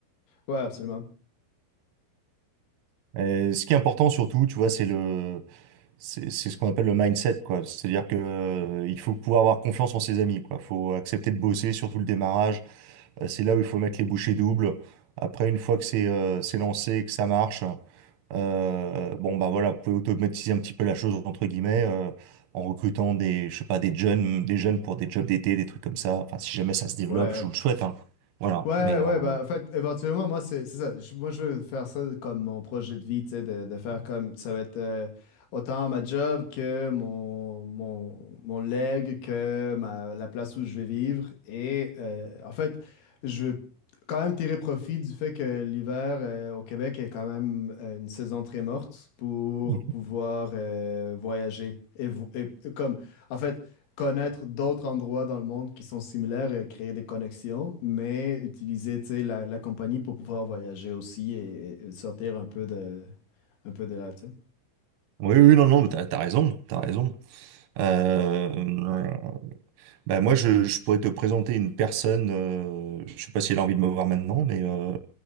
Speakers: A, on the left; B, on the right.
A: ouais, absolument.
B: Et ce qui est important surtout, tu vois, c'est le, c'est c'est ce qu'on appelle le mindset, quoi. C'est-à-dire que euh, il faut pouvoir avoir confiance en ses amis, quoi. Faut accepter de bosser, surtout le démarrage. Euh, c'est là où il faut mettre les bouchées doubles. Après, une fois que c'est euh, c'est lancé, que ça marche. Euh, bon, bah voilà, vous pouvez automatiser un petit peu la chose, entre guillemets, euh, en recrutant des, je sais pas, des jeunes, des jeunes pour des jobs d'été, des trucs comme ça. Enfin, si jamais ça se développe,
A: Ouais.
B: je vous le souhaite, hein. Voilà.
A: Ouais,
B: Mais,
A: ouais,
B: euh,
A: bah, en fait, éventuellement, moi, c'est c'est ça. Je- moi, je veux faire ça comme mon projet de vie, tu sais, de, de faire comme ça va être euh, autant ma job que mon, mon, mon leg, que ma, la place où je vais vivre. Et euh, en fait, je veux quand même tirer profit du fait que l'hiver euh, au Québec est quand même euh, une saison très morte pour
B: Mhm.
A: pouvoir euh, voyager. Et, vo- et comme, en fait, connaître d'autres endroits dans le monde qui sont similaires et créer des connexions, mais utiliser, tu sais, la, la compagnie pour pouvoir voyager aussi et, et sortir un peu de, un peu de là, tu sais.
B: oui, oui, non, non, mais t'as, t'as raison, t'as raison. Euh, bah moi, je, je pourrais te présenter une personne, euh, je sais pas si elle a envie de me voir maintenant, mais euh,